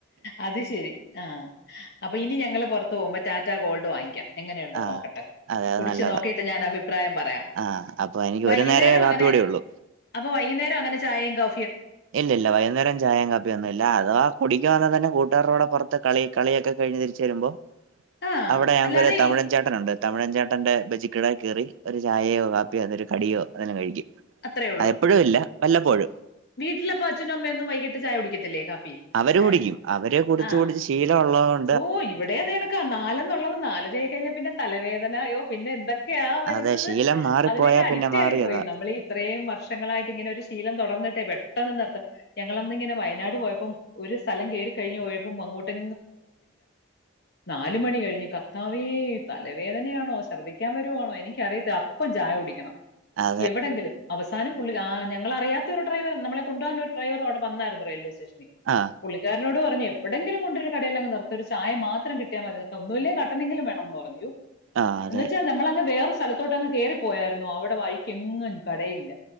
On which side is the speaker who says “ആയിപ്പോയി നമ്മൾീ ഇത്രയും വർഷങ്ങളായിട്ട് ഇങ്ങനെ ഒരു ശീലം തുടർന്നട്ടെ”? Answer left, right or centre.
Left